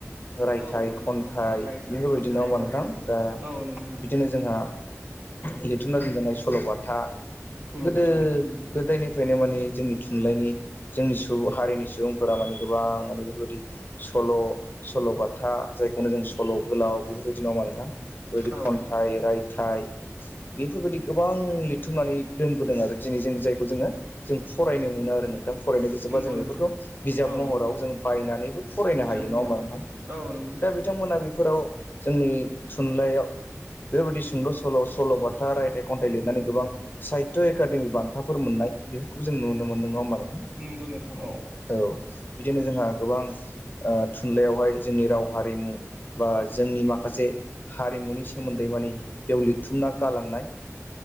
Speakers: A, on the left; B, on the right.
A: रायथाइ
B: औ नोंथां
A: खन्थाइ
B: रायथाइ
A: बेफोरबायदि
B: खन्थाइ
A: नङाबा
B: औ
A: नोंथां दा
B: औ नंगौ नोंथां
A: बिदिनो जोंहा लिरथुमना दोनजानाय सल'बाथा
B: सल'बाथा
A: गोदो
B: उम
A: गोदायनिफ्रायनो माने जोंनि थुनलाइनि जोंनि सुबुं हारिनि सुबुंफोरा माने गोबां माने बेबायदि। सल' सल' बाथा जायखौनो जों सल' गोलाव बेफोरबायदि नङा होनबा नोंथां? बायदि
B: औ
A: खन्थाइ, रायथाइ बेफोरबायदि गोबां लिरथुमनानै दोनबोदों आरो दिनै जों जायखौ जोङो जों फरायनो मोनो आरो नोंथां फरायनो गोसोबा
B: नंगौ
A: जों
B: नोंथां
A: बेफोरखौ बिजाब
B: औ
A: महराव जों बायनानैबो फरायनो
B: बिजाब
A: हायो
B: महराव
A: नङा होमबा
B: औ
A: नोंथां
B: नंगौ नोंथां
A: दा बिथांमोना बेफोराव जोंनि थुनलाइयाव बेफोरबायदि सुंद' सल', सल' बाथा, रायथाइ, खन्थाइ लिरनानै गोबां साहित्य एकादेमि बान्था फोर मोन्नाय बेफोरखौबो जों नुनो मोनदों नङा होमबा नोंथां?
B: नंगौ नोंथां
A: औ बिदिनो जोंहा गोबां ओ थुनलाइयावहाय जोंनि राव हारिमु बा जोंनि माखासे हारिमुनिस सोमोन्दै माने बेयाव लिरथुमना गालांनाय